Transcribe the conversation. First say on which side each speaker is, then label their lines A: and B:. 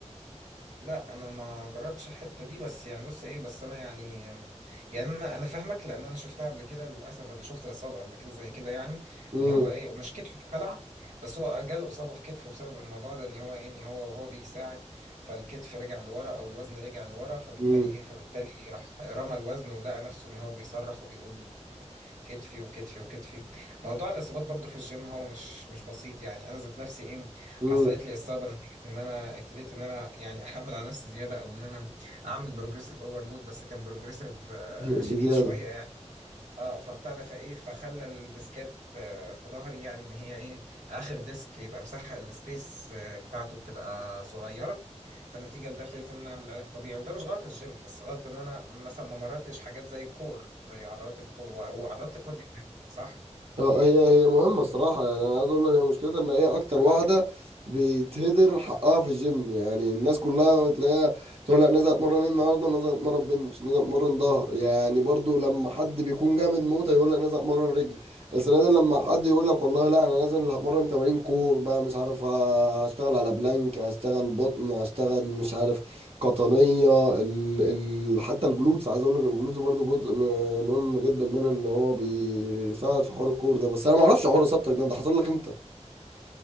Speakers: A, on the right; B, on the right.
A: لا انا ما جربتش الحته دي بس يعني بص ايه بس انا يعني يعني انا انا فاهمك لان انا شفتها قبل كده للاسف انا شفت اصابه قبل كده زي كده يعني
B: امم
A: ان هو ايه مش كتفه اتخلع بس هو جاله اصابه في كتفه بسبب الموضوع ده ان هو ايه ان هو وهو بيساعد فالكتف رجع لورا او الوزن رجع لورا فبالتالي
B: امم
A: ايه فبالتالي راح رمى الوزن ولقى نفسه ان هو بيصرخ وبيقول كتفي وكتفي وكتفي موضوع الاصابات برضو في الجيم هو مش مش بسيط يعني انا ذات نفسي ايه
B: امم
A: حصلت لي اصابه نتيجه ان انا ابتديت ان انا يعني احمل على نفسي زياده او ان انا اعمل بروجريسيف اوفرلود بس كان بروجريسيف
B: <laughs>
A: شديد
B: بزياده
A: شويه يعني اه فابتدى فايه فخلى الديسكات آه، في ظهري يعني ان هي ايه اخر ديسك يبقى مساحه السبيس آه، بتاعته بتبقى صغيره فنتيجه لده ابتديت ان انا اعمل علاج طبيعي وده مش غلط الجيم بس غلط ان انا مثلا ما مردتش حاجات زي الكور زي عضلات الكور و- وعضلات الكور دي مهمة، صح
B: اه هي هي مهمة الصراحة يعني أنا عايز أقول لك هي مشكلتها إن هي أكتر واحدة بيتهدر حقها في الجيم يعني الناس كلها بتلاقيها تقول لك نزل اتمرن ايه النهاردة نزل اتمرن بنش نزل اتمرن ظهر يعني برضو لما حد بيكون جامد موت يقول لك نزل اتمرن رجل السنة دي لما حد يقول لك والله لا أنا نازل هتمرن تمارين كور بقى مش عارف آه، هشتغل على بلانك هشتغل بطن هشتغل مش عارف قطنية ال... ال... حتى الجلوتس عايز اقول لك الجلوتس برضو جزء م- مهم جدا منها ان هو بيساعد في حوار الكور ده بس انا ما اعرفش حوار اصابتك ده ده حصل لك انت